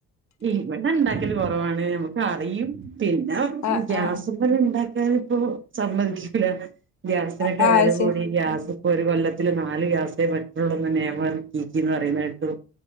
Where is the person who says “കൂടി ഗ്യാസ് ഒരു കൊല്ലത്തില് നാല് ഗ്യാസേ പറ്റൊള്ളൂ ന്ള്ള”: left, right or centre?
Right